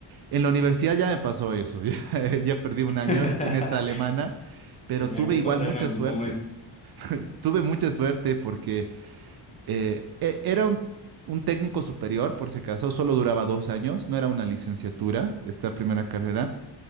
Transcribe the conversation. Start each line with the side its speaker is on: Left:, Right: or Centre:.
Right: En la universidad ya me pasó eso, <laughs> ya, ya perdí un
Left: <laughs>
Right: año en esta alemana, pero
Left: tenía
Right: tuve
Left: que
Right: igual
Left: pasar
Right: mucha
Left: en algún
Right: suerte.
Left: momento.
Right: Tuve mucha suerte porque eh, e- era un, un técnico superior, por si acaso, solo duraba dos años, no era una licenciatura, esta primera carrera